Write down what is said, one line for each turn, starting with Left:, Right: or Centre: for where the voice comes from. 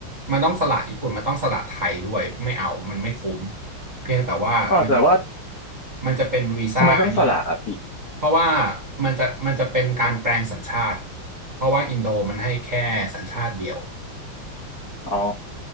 Right: มันต้องสละญี่ปุ่นมันต้องสละไทยด้วยไม่เอา มันไม่คุ้มเพียงแต่ว่ามัน
Left: อ๋อแต่ว่า
Right: มันจะเป็นวีซ่าไอ้นี่
Left: ทำไมต้องสละอ่ะพี่
Right: เพราะว่ามันจะมันจะเป็นการแปลงสัญชาติเพราะว่าอินโดมันให้แค่สัญชาติเดียว
Left: อ๋อ